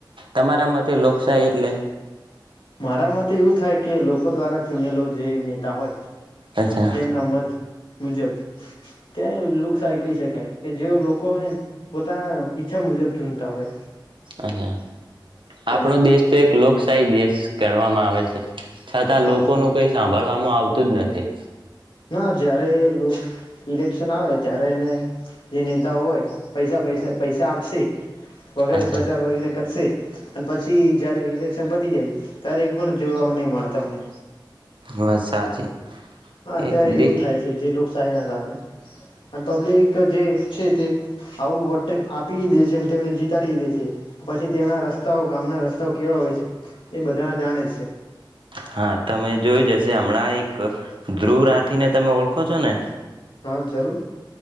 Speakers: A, on the right; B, on the left.
A: તમારા મતે
B: હી
A: લોકશાહી એટલે
B: મારા મતે એવું થાય કે લોકો દ્વારા ચૂનેલો જે નેતા હોય
A: અચ્છા
B: તેમના મત મુજબ તેને લોકશાહી કહી શકે કે જે લોકોને પોતાના ઈચ્છા મુજબ જોતા હોય
A: અચ્છા
B: તેને
A: આપણો દેશ તો એક લોક કાઈ દેસ કરવામાં આવે છે છતાં
B: હા
A: લોકોનું કઈ સાંભળવા માં આવતું જ નથી
B: ના જયારે એ લો ઇલેક્શન આવે ત્યારે તેને જે નેતા હોય પૈસા પૈસા પૈસા આપશે વગેરે
A: અચ્છા
B: પ્રચાર વગેરે કરશે અને પછી જયારે ઇલેક્શન પતી જાય તારે એક પણ જોવાવામાં નહી મળે તમને
A: વાત સાચી
B: હા અત્યારે
A: એ દે
B: એવું થાય છે જે લોક ચાયના કારણે અને પબ્લિક જે ઈચ્છે તે આવું વોટ આપી દે છે અને તેમને જીતાડી દે છે પછી તેઓના રસ્તાઓ ગામના રસ્તાઓ કેવા હોય છે એ બધા જાણે છે
A: હા તમે જોઈ જશે હમણાં એક ધ્રુવ રાઠીને તમે ઓળખો છો ને
B: હા જરૂર